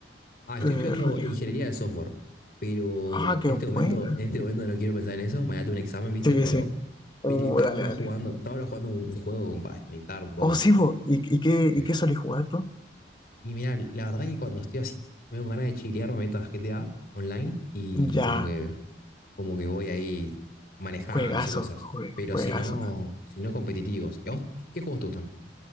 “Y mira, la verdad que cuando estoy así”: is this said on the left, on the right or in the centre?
Left